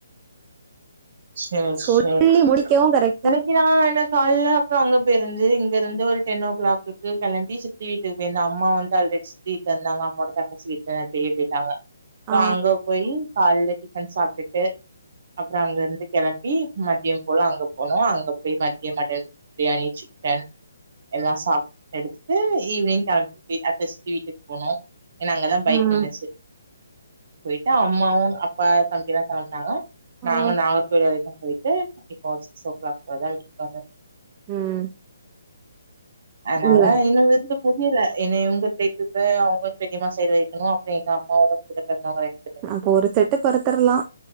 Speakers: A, on the right (about 55°); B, on the right (about 25°).
A: சேரி,
B: சொல்லி
A: சேரி,
B: முடிக்கவு கரெக்டா
A: இன்னைக் கிலா என்ன கால்ல அப்றோ அங்க போயிருந்து இங்க இருந்து ஒரு டென் ஓ கிளாக்குக்கு கெளம்பி சித் தி வீட்டுக்கு போயிருந்த அம்மா வந்து ஆல்ரெடி சித்தி வீட்ல இருந்தாங்க அம்மோட தங்கிச்சி வீட்டுக்கு நேத்திக்கே போயிட்டாங்க சோ
B: ஆ
A: அங்க போயி கால்ல டிஃபன் சாப்ட்டுட்டு அப்றோ அங்க இருந்து கெளம்பி மதியம் போல அங்க போனோ அங்க போய் மதியம் மட்டன் பிரியாணி சிக்கன் எல்லா சாப்ட்டு எடுத்துட்டு ஈவினிங் கெளம்பி அடுத்து சித்தி வீட்டுக்கு போனோ ஏன்னா அங்கதா பைக்
B: ம்
A: நின்னுச்சு போயிட்டு அம்மாவு, அப்பா தம்பில்லா கெளம்புனாங்க நாங்க
B: ம்
A: நாகர்கோவில் வரைக்கு போயிட்டு இப்போ சிக்ஸ் ஓ கிளாக் போலதா வீட்டுக்கு வந்த
B: ம்
A: அதனால
B: நீ வந்து
A: இன்னு விருந்து முடியல என்ன இவங்க சைடு இப்ப அவங்க பெரியம்மா சைடு வைக்கனு அப்பறோ எங்க அம்மாவோட கூட பொறந்தவங்க ரெண்டு பேரு
B: அப்ப ஒரு செட்டு பெருத்தர்லா